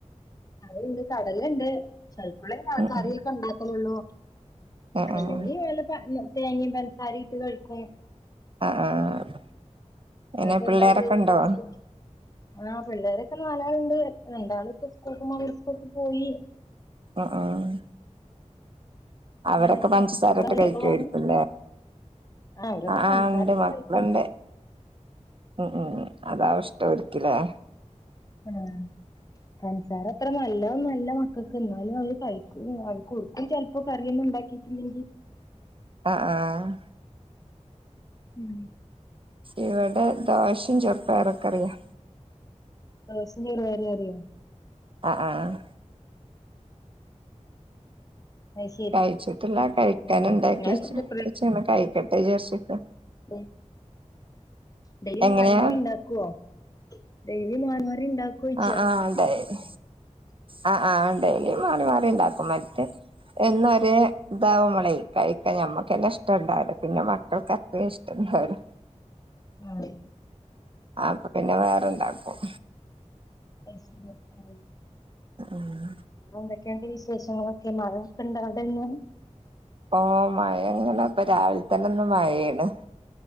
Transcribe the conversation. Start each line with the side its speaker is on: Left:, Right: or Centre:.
Left: കറിണ്ട് കടലുണ്ട് ചിലപ്പഴേ
Right: ഉം
Left: കറിയൊക്കെ
Right: ഉം
Left: ഉണ്ടാക്കലള്ളൂ
Right: ആഹ് ആഹ്
Left: അല്ലെങ്കി പോല തേങ്ങയും പഞ്ചസാരയിട്ട് കഴിക്കും
Right: ആഹ് ആഹ്
Left: നിങ്ങക്ക്
Right: എങ്ങനെ
Left: എന്ത
Right: പിള്ളേരൊക്കെ
Left: ബ്രേക്ഫാസ്റ്റ്
Right: ഉണ്ടോ
Left: ആഹ് പിള്ളേരൊക്കെ നാലാളുണ്ട് രണ്ടാള് പ്പം സ്കൂൾ മക്കെ പോയി
Right: ആഹ് ആഹ് അവരൊക്കെ
Left: അങ്ങനെയൊക്കെ
Right: പഞ്ചസാരട്ട്
Left: അവിടെ
Right: കഴിക്കുവായിരിക്കല്ലേ
Left: പോവാന് അവരൊക്കെ
Right: ആഹ്
Left: പഞ്ചസാരയിട്ട്
Right: ഉണ്ട് മക്കളുണ്ട്
Left: കഴിക്കും
Right: ഉം ഉം അതാവഷ ട്ടോ എടുക്കില്ലേ
Left: ആഹ് പഞ്ചസാര അത്ര നല്ല ഒന്നുല്ല മ ക്കക്ക് എന്നാലും അവര് കഴിക്കും കൊടുക്ക ചിലപ്പോ കറിയൊന്നും ഉണ്ടാക്കിട്ടില്ലെങ്കിൽ
Right: ആഹ് ആഹ്
Left: ഉം
Right: ഇവിടെ ദോശയും ചെറുപ്പായറ്ക്കെറിയും
Left: ദോസയും ചെറുപയറു കറിയൊ
Right: ആഹ് ആഹ്
Left: അത് ശരി
Right: കഴിച്ചിട്ടില്ല കഴിക്കാന്
Left: ആഹ്
Right: ഉണ്ടാക്കിവെച്ച്
Left: നിങ്ങള്
Right: കഴിക്കട്ടെ വിചാരിചിക്ക
Left: ഉം <unintelligible>
Right: എങ്ങനെയാ
Left: ണ്ടാക്കോഴിച
Right: ആഹ് ആഹ് ഡെയ്ലി ആഹ് ആഹ് ഡേയ്ലി മാറി മാറി ഉണ്ടാക്കും മറ്റേ എന്നൊരു ഇതാവപ്പളെ കഴിക്കാ ഞമ്മക്ക്ന്നെ ഇഷ്ടുണ്ടാവല്ലാ പിന്നെ മക്കൾക്ക്ത്ര ഇഷ്ടണ്ടാവില്ല
Left: ആഹ്
Right: അപ്പൊ പിന്നെ വേറെണ്ടാക്കും
Left: <unintelligible>
Right: ആഹ്
Left: എന്തൊക്കെയണ്ട് വിശേഷങ്ങളൊക്കെ മഴൊക്കെ ഇണ്ടോ അവിടെന്ന്
Right: ഇപ്പ മഴ ഇങ്ങനെ ഇപ്പ രാവിലെ തന്നെ ഒന്ന് മഴയാണ്